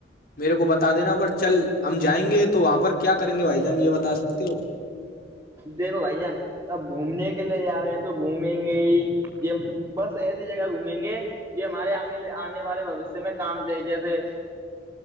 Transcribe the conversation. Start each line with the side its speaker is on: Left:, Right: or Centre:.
Left: میرے کو بتا دینا پر چل ہم جائیں گے تو وہاں پر کیا کریں گے بھائی جان یہ بتا سکتے ہو
Right: دیکھو بھائی جان اب گھومنے کے لیے جا رہے ہیں تو گھومیں گے ہی یہ بس ایسی جگہ گھومیں گے جو ہمارے آ آنے والے بوشیہ میں کام تھ جیسے